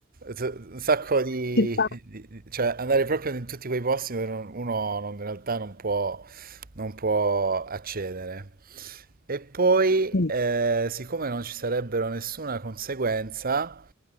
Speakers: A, on the right; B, on the left.
A: t- un sacco di,
B: Ci sta.
A: di- cioè andare proprio in tutti quei posti dove non- uno non- in realtà non può, non può accedere. E poi,
B: Mm.
A: eh, siccome non ci sarebbero nessuna conseguenza,